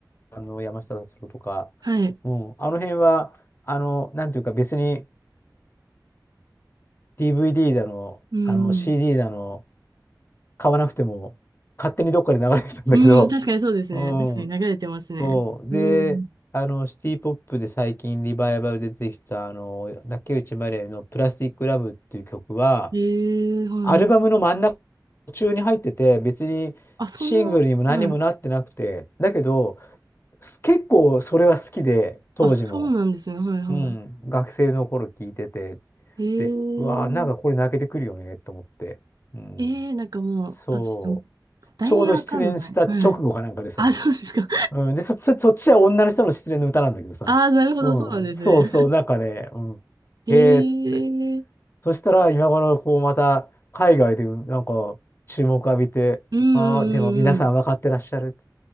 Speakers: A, on the left (about 30°); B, on the right (about 65°).
A: あの山下達郎とか、
B: はい。
A: うん、あの辺は、あの、なんていうか別に DVD だの、
B: うん。
A: あの CD だの、買わなくても勝手にどっかで流れてたんだけど、
B: うん、確かにそうですね。
A: うん、
B: 確かに流れてますね。
A: そう。で、
B: うん。
A: あの、シティポップで最近リバイバルで出てきた、あの、竹内まりやのプラスティックラブっていう曲は、
B: ええはい。
A: アルバムの真ん中、途中に入ってて、別にシングルにも何にもなってなくて、
B: あ、そんな、はい。
A: だけど、結構それは好きで、当時も。
B: あ、そうなんですね。はいは
A: うん、学生の頃聞いてて、
B: い。
A: で、うわあ、なんかこれ泣けてくるよね、
B: ええ
A: と思って。うん、
B: ええなんかもう、
A: そう。
B: あ、ちょっと、題名わかんない。
A: ちょうど失恋した直後かなんかでさ、
B: はい。あ、そうですか。
A: うん、で、そ、そ、そっちは女の人の失恋の歌なんだけどさ、
B: ああ、なるほど、
A: うん、
B: そうなんですね。
A: そうそう、なんかね、うん、
B: ええ
A: へえ、っつって。そしたら、今頃、こう、また、海外で、なんか、注目浴びて、
B: うんうんうんうん。
A: ああ、でも皆さん分かってらっしゃる、